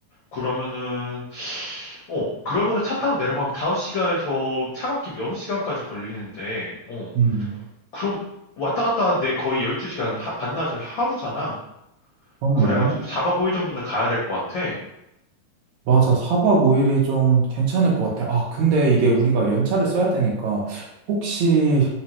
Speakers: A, on the left (about 80°); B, on the right (about 70°).
A: 그러면은, 어, 그러면은 차 타고 내려가면 5시간에서 차 막히면 6시간까지 걸리는데, 어,
B: 음,
A: 그럼 왔다 갔다 하는데 거의 12시간, 하, 반나절 하루잖아.
B: 그렇네.
A: 그래가지고 4박 5일 정도는 가야 될 것 같아.
B: 맞아. 4박 5일이 좀 괜찮을 것 같아. 아, 근데 이게 우리가 연차를 써야 되니까 혹시